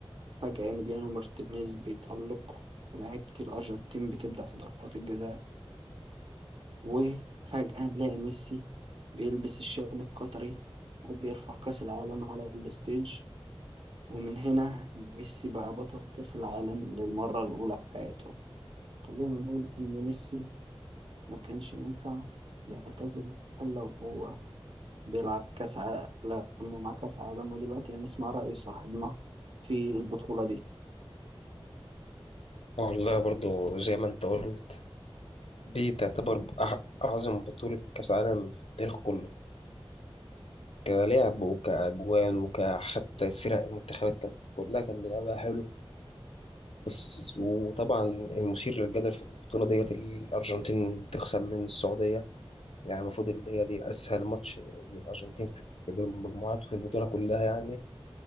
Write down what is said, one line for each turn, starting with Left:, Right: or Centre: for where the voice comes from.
Right: فجأة إيميليانو مارتينيز بيتألق ولاعيبة الأرجنتين بتبدع في ضربات الجزاء وفجأة نلاقي ميسي بيلبس الشال القطري وبيرفع كأس العالم على الستيج ومن هنا ميسي بقى بطل كأس العالم للمرة الأولى في حياته خلينا نقول إن ميسي ما كانش ينفع يعتزل إلا وهو بيلعب كأس عالم ومعاه كأس عالم ودلوقتي هنسمع رأي صاحبنا في البطولة دي
Left: والله برضو زي ما انت قلت دي تعتبر أح- أعظم بطولة كأس عالم في التاريخ كله كلعب وكأجوان وكحتى فرق المنتخبات كانت كلها كان لعبها حلو بس وطبعا المثير للجدل في البطولة ديت الأرجنتين تخسر من السعودية يعني المفروض اللي هي دي أسهل ماتش للأرجنتين في في دور المجموعات وفي البطولة كلها يعني